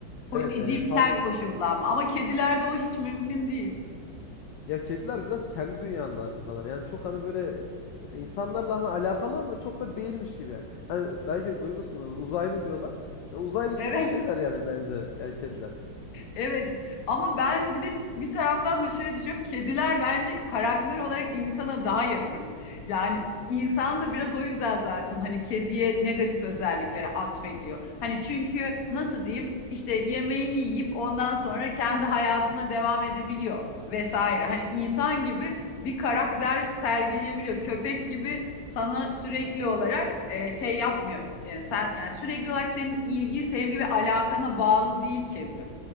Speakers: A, on the left; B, on the left.
A: Evet,
B: Ko- edimsel
A: e, Pavlov
B: koşullanma ama kedilerde o hiç mümkün değil.
A: ya kediler biraz kendi dünyalarındalar. Yani çok hani böyle insanlarla hani alakalı ama çok da değilmiş gibi. Hani belki de duymuşsunuz uzaylı diyorlar. Ya Uzaylı gibi
B: Evet.
A: bir şeyler yani bence yani kediler.
B: Evet ama ben bir de bir taraftan da şöyle düşünüyorum. Kediler bence karakter olarak insana daha yakın. Yani insan da biraz o yüzden zaten hani kediye negatif özelliklere atfediyor. Hani çünkü nasıl diyeyim işte yemeğini yiyip ondan sonra kendi hayatına devam edebiliyor vesaire. Hani insan gibi bir karakter sergileyebiliyor. Köpek gibi sana sürekli olarak e, şey yapmıyor. Yani sen yani sürekli olarak senin ilgi, sevgi ve alakana bağlı değil kedi.